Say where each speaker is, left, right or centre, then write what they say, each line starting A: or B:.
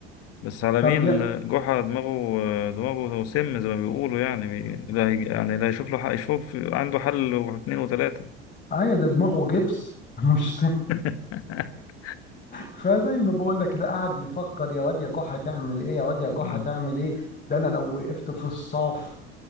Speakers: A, on the left; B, on the left.
A: بس على
B: طب
A: مين
B: يا
A: جحا دماغه دماغه سم زي ما بيقولوا يعني بي... لا هي... يعني لا يشوف له حق يشوف عنده حل واثنين وثلاثة
B: ايوه ده دماغه جبس <laughs> مش
A: <laughs>
B: فزي ما بقول لك كده قاعد يفكر يا واد يا جحا تعمل ايه يا واد يا جحا
A: مم.
B: تعمل ايه ده انا لو وقفت في الصف